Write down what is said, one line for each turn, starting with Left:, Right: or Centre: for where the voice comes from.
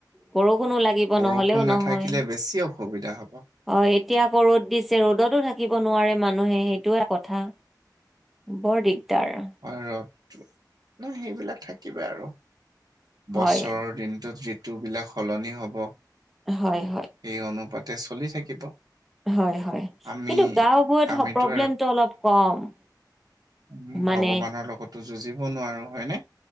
Centre: বৰষুণো লাগিব
Right: বৰষুণ
Centre: নহলেও
Right: নাথাকিলে
Centre: নহয়
Right: বেছি অসুবিধা হব।
Centre: হয় এতিয়া আকৌ ৰ'দ দিছে, ৰ'দতো থাকিব নোৱাৰে মানুহে সেইটোও কথা। বৰ দিগদাৰ।
Right: হয় ৰদটো, ন সেইবিলাক থাকিবই আৰু। বছৰ
Centre: হয়
Right: দিনটোত ঋতুবিলাক সলনি হব।
Centre: হয় হয়।
Right: সেই অনুপাতে চলি থাকিব।
Centre: হয় হয়,
Right: আমি
Centre: কিন্তু গাওঁবোৰত
Right: আমিতো
Centre: হক প্ৰব্লেমটো অলপ কম।
Right: উম'
Centre: মানে
Right: ভগৱানৰ লগতো যুঁজিব নোৱাৰো, হয়নে?